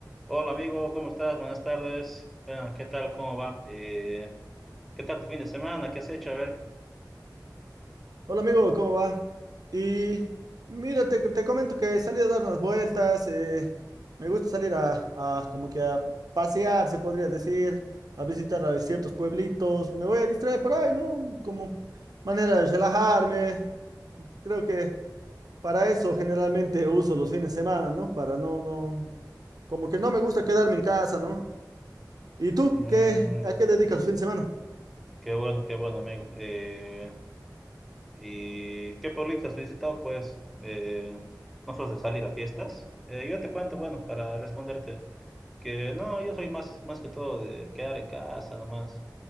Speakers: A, in the centre; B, on the right (about 60°).
A: Hola amigo, ¿cómo estás? Buenas tardes. Ah, ¿Qué tal? ¿Cómo va? Eh, ¿qué tal tu fin de semana? ¿Qué has hecho? A ver.
B: Hola amigo, ¿cómo va? Y mira, te, te comento que salí a dar unas vueltas, eh, me gusta salir a, a como que a pasear, se podría decir, a visitar a ciertos pueblitos, me voy a distraer por ahí, ¿no? Como manera de relajarme, creo que para eso generalmente uso los fines de semana, ¿no? Para no, no, como que no me gusta quedarme en casa, ¿no? ¿Y tú
A: Mm,
B: qué, a qué dedicas los fines de semana?
A: qué bueno, qué bueno amigo. Eh, ¿y qué pueblitos has visitado? Pues eh, no sos de salir a fiestas. Eh, yo te cuento, bueno, para responderte, que no, yo soy más, más que todo de quedar en casa, nomás